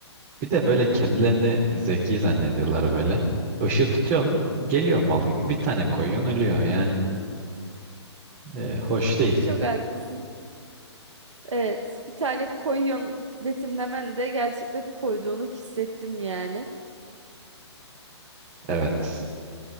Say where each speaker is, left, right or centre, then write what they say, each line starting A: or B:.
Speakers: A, on the right; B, on the right.
A: bir de böyle kendilerini zeki zannediyorlar böyle. Işığı tutuyorsun geliyor mal gibi bir tane koyuyorsun ölüyor yani. E, hoş değil.
B: Çok haklısın. Evet, bir tane koyuyorsun betimlemen de gerçekten koyduğunu hissettim yani.
A: Evet.